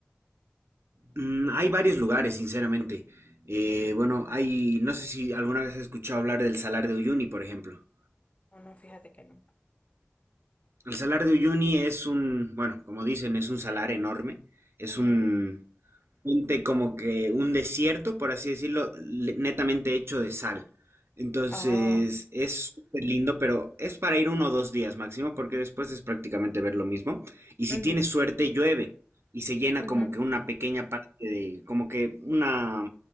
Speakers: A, on the right (about 70°); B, on the left (about 30°).
A: mm, hay varios lugares, sinceramente. Eh, bueno, hay, no sé si alguna vez has escuchado hablar del Salar de Uyuni, por ejemplo.
B: o no, fíjate que no.
A: El Salar de Uyuni es un, bueno, como dicen, es un salar enorme. Es
B: Ujú.
A: un, Ponte como que un desierto, por así decirlo, le- netamente hecho de sal. Entonces
B: Oh,
A: es súper lindo, pero es para ir uno o dos días máximo, porque después es prácticamente ver lo mismo. Y si
B: ujú,
A: tienes suerte, llueve y se llena
B: ujú,
A: como que una pequeña parte de, como que una,